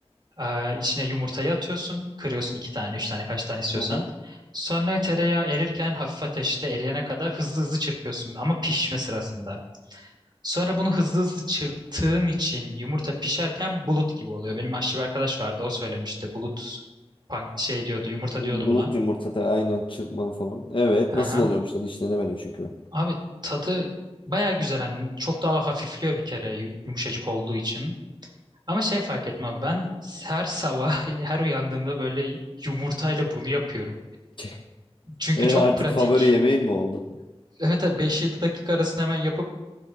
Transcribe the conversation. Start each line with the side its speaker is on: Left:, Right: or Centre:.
Right: Ee, içine yumurtayı atıyorsun. Kırıyorsun iki tane, üç tane, kaç tane istiyorsan.
Left: Aha.
Right: Sonra tereyağı erirken hafif ateşte eriyene kadar hızlı hızlı çırpıyorsun ama pişme sırasında. Sonra bunu hızlı hızlı çırptığın için yumurta pişerken bulut gibi oluyor. Benim aşçı bir arkadaş vardı o söylemişti. Bulut pank şey diyordu, yumurta
Left: Bulut
Right: diyordu buna.
Left: yumurta tabii aynen çırpmalı falan. Evet nasıl
Right: Aha.
Left: oluyormuş da hiç denemedim çünkü ben.
Right: Abi tadı baya güzel. hani çok daha hafifliyor bir kere yu- yumuşacık olduğu için. Ama şey fark etmem ben her sabah <laughs> her uyandığımda böyle yumurtayla bunu yapıyorum.
Left: <laughs>
Right: Çünkü
Left: E,
Right: çok
Left: artık
Right: pratik.
Left: favori yemeğin mi oldu?
Right: Evet abi 5-7 dakika arasında hemen yapıp